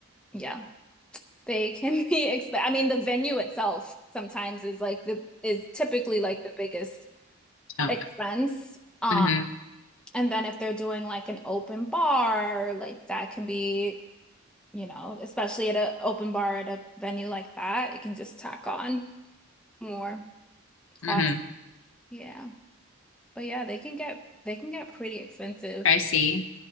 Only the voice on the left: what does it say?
Chunk.
Mm-hmm.
Mm-hmm.
Pricey.